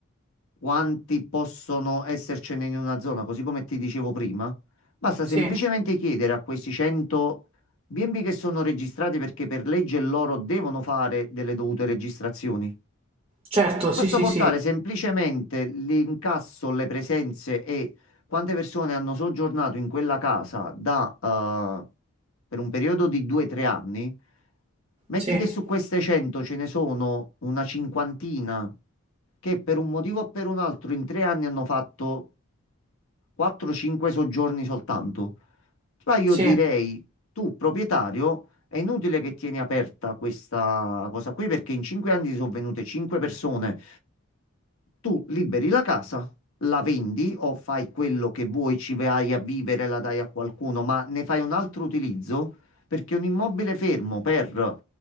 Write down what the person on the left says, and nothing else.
quanti possono essercene in una zona, così come ti dicevo prima, basta
semplicemente chiedere a questi 100 B&B che sono registrati perché per legge loro devono fare delle dovute registrazioni.
Basta
portare
semplicemente l'incasso, le presenze e quante persone hanno soggiornato in quella casa da, eh, per un periodo di 2-3 anni. Metti
che su queste 100 ce ne sono una cinquantina che per un motivo o per un altro in tre anni hanno fatto 4-5 soggiorni soltanto. Là io
direi, tu proprietario, è inutile che tieni aperta questa cosa qui perché in cinque anni ti sono venute cinque persone. Tu liberi la casa, la vendi o fai quello che vuoi, ci vai a vivere, la dai a qualcuno, ma ne fai un altro utilizzo perché un immobile fermo per